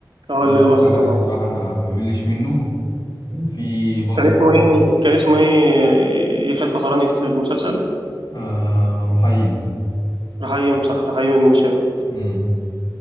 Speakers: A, on the right; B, on the left.
A: اه
B: ممكن
A: اللي هو
B: اتفرج
A: آخره طبعا
B: عليه بصراحه ما بملش منه وفي برضه
A: كان اسمه ايه كان اسمه ايه يحيى الفخراني في المسلسل
B: آه رحيم
A: رحيم صح رحيم المنشاوي
B: امم